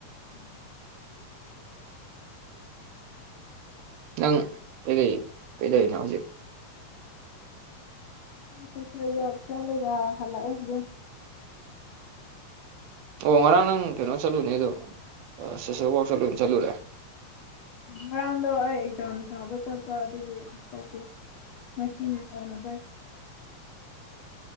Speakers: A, on the left (about 85°); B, on the right (about 80°).
A: ꯎꯝ
B: ꯅꯪ ꯀꯩꯀꯩ ꯀꯩꯗꯧꯔꯤꯅꯣ ꯍꯧꯖꯤꯛ
A: ꯁꯨ ꯆꯠꯂꯒ ꯍꯜꯂꯛ ꯑꯗꯨꯝ
B: ꯑꯣ ꯉꯔꯥꯡ ꯅꯪ ꯀꯩꯅꯣ ꯆꯠꯂꯨꯅꯦ ꯑꯗꯣ ꯁꯣꯁꯦꯜ ꯋꯥꯛ ꯆꯠꯂꯨ ꯆꯠꯂꯨꯔꯦ
A: ꯉꯔꯥꯡꯗꯣ ꯑꯩ ꯑꯦꯛꯖꯥꯝ ꯊꯥꯕ ꯆꯠꯄ ꯑꯗꯨꯒꯤ ꯆꯠꯇꯦ ꯉꯁꯤꯅꯤ ꯑꯣꯏꯅ ꯀꯩ
B: <inaudible> <unintelligible>